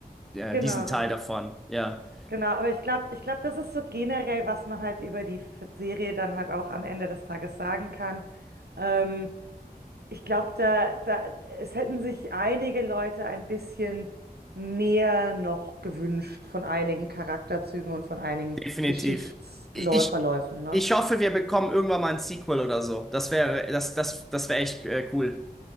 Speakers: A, in the centre; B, on the right (about 85°).
A: ja,
B: genau.
A: diesen Teil davon. Ja,
B: Genau, aber ich glaube, ich glaube, das ist so generell, was man halt über die F- Serie dann halt auch am Ende des Tages sagen kann. Ähm, ich glaube, da, da, es hätten sich einige Leute ein bisschen mehr noch gewünscht von einigen Charakterzügen und von einigen
A: definitiv.
B: Geschichtsverläufen,
A: Ich,
B: ne?
A: ich hoffe, wir bekommen irgendwann mal ein Sequel oder so. Das wäre, das, das, das wäre echt, äh, cool.